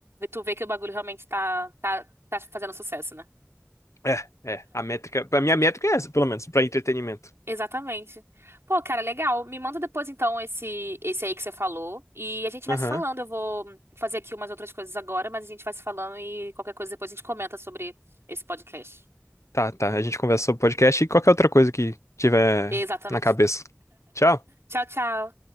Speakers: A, on the right (about 60°); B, on the left (about 80°).
A: tu vê que o bagulho realmente tá, tá, tá fazendo sucesso, né?
B: É, é, a métrica, a minha métrica é essa, pelo menos, pra entretenimento.
A: Exatamente. Pô, cara, legal. Me manda depois, então, esse, esse aí que você falou. E a gente vai
B: Aham,
A: se falando. Eu vou fazer aqui umas outras coisas agora, mas a gente vai se falando e qualquer coisa depois a gente comenta sobre esse podcast.
B: Tá, tá, a gente conversa sobre podcast e qualquer outra coisa que tiver
A: Exatamente.
B: na cabeça. Tchau.
A: Tchau, tchau.